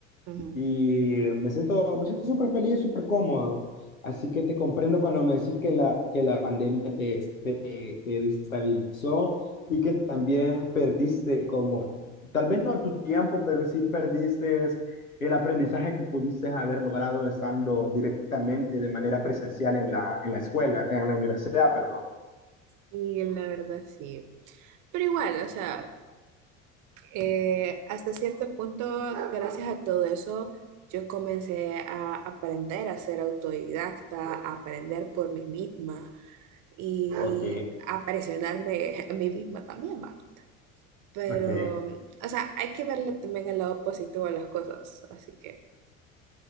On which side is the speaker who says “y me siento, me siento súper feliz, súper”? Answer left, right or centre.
Left